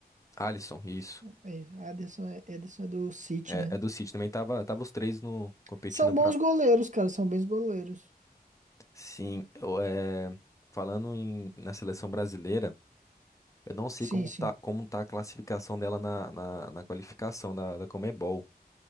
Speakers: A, on the left; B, on the right.
A: Alisson, isso.
B: É, Ederson é, Ederson é do City,
A: É,
B: né?
A: é do City também tava, tava os três no competindo
B: São
A: pra.
B: bons goleiros, cara, são bons goleiros.
A: Sim, eu, é, falando em, na seleção brasileira, eu não sei
B: Sim,
A: como
B: sim.
A: tá, como tá a classificação dela na, na, na qualificação da, da Conmebol.